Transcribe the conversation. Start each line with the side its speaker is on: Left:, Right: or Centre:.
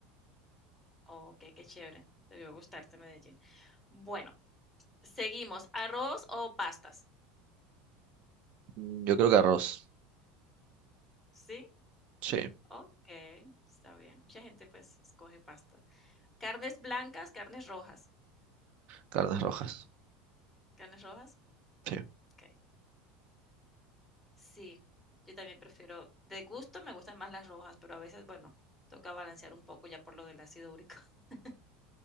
Centre: okey, qué chévere, debió gustarte Medellín. Bueno, seguimos, ¿arroz o pastas?
Right: Mm, Yo creo que arroz.
Centre: ¿Sí?
Right: Sí,
Centre: Okey, está bien. Mucha gente, pues, escoge pasta. ¿Carnes blancas, carnes rojas?
Right: carnes rojas.
Centre: ¿Carnes rojas?
Right: Sí,
Centre: Okey. Sí, yo también prefiero de gusto me gustan más las rojas, pero a veces, bueno, toca balancear un poco ya por lo del ácido úrico. <laughs>